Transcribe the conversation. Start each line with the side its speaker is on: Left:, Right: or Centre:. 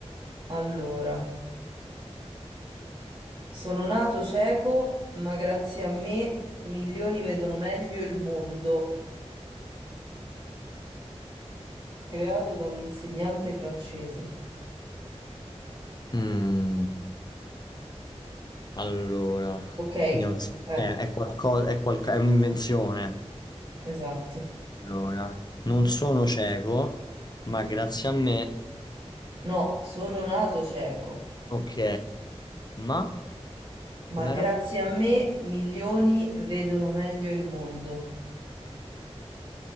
Right: Allora, sono nato cieco, ma grazie a me milioni vedono meglio il mondo, creato da un insegnante francese.
Left: Mm, allora,
Right: Ok, eh,
Left: quindi è un sistema, è qualcosa, è, qualca- è un'invenzione.
Right: esatto.
Left: Allora, non sono cieco, ma grazie a me
Right: No, sono nato cieco,
Left: Ok, ma
Right: ma
Left: com'era?
Right: grazie a me milioni vedono meglio il mondo.